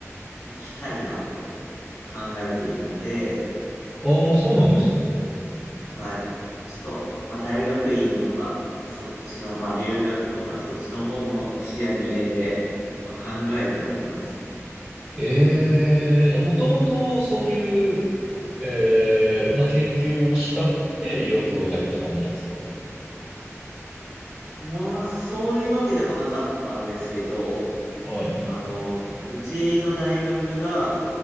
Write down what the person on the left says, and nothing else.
行きたいなと考えているので、
はい。ちょっと、まあ大学院とか、そっちの、まあ留学とかそっちの方も視野に入れて、まあ考えてはいますね。
まあそういうわけでもなかったんですけど、
あの、うちの大学が、